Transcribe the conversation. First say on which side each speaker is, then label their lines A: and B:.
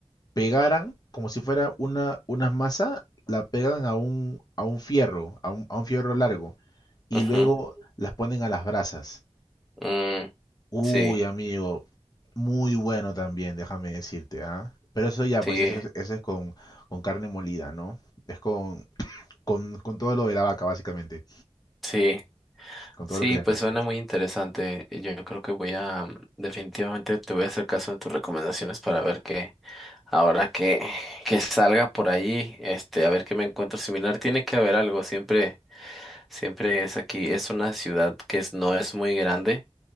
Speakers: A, on the left; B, in the centre.
A: pegaran, como si fuera una, una masa, la pegan a un, a un fierro, a un, a un fierro largo y
B: ajá,
A: luego las ponen a las brasas.
B: mm,
A: Uy,
B: sí,
A: amigo, muy bueno también, déjame decirte, ¿ah? Pero eso ya,
B: sí,
A: pues eso, es- eso es con, con carne molida, ¿no? Es con, con, con todo lo de la vaca, básicamente.
B: sí.
A: con
B: Sí,
A: todo lo que le
B: pues
A: resta.
B: suena muy interesante. y Yo creo que voy a, definitivamente te voy a hacer caso en tus recomendaciones para ver qué, ahora que, que salga por ahí, este, a ver qué me encuentro similar. Tiene que haber algo, siempre, siempre es aquí. Es una ciudad que es- no es muy grande,